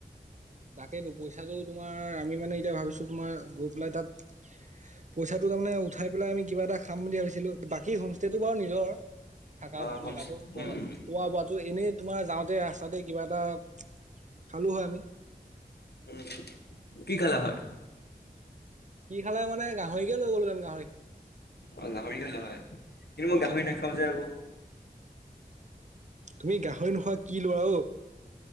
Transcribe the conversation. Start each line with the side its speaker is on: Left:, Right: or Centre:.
Right: তাকেইেতো পইচাটো তোমাৰ আমি মানে এতিয়া ভাবিছো তোমাৰ গৈ পেলাই তাত পইচাটো তাৰমানে উঠাই পেলাই আমি কিবা এটা খাম বুলি ভাবিছিলো বাকী হোমষ্টেটো বাৰু নিজৰ। থাকা
Left: অ হোমচ
Right: মেলাতো খোৱা
Left: উম উম
Right: বোৱা তো এনেই তোমাৰ যাওঁতে ৰাস্তাতে কিবা এটা খালোঁ হয় আমি ।
Left: উম, কি খালা হয়?
Right: কি খালা হয় মানে গাহৰিকে লয় গলো হেতেন গাহৰি।
Left: অ' গাহৰি খালা হয় কিন্তু
Right: অ
Left: মই গাহৰি নাখাও যে আকৌ।
Right: তুমি গাহৰি নোখোৱা কি লোৱা ও?